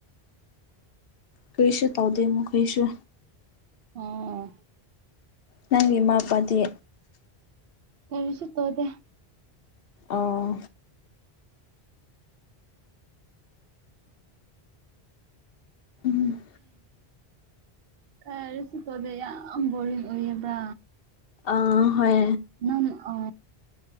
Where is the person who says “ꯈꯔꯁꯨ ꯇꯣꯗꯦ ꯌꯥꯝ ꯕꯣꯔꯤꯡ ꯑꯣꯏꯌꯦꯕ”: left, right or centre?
Right